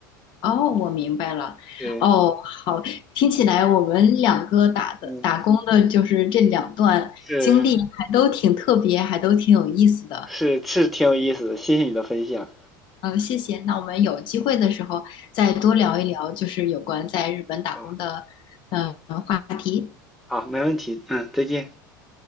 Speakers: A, on the left (about 45°); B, in the centre.
A: 哦，我明白了。
B: 对，
A: 哦，好，听起来我们两个打的打工的，
B: 嗯，
A: 就是这两段经历还都挺特别，
B: 是
A: 还都挺有意思的。
B: 是是挺有意思的，谢谢你的分享，
A: 嗯，谢谢。那我们有机会的时候再多聊一聊，就是有关在日本打工的呃话题。
B: 好，好，没问题，嗯，再见。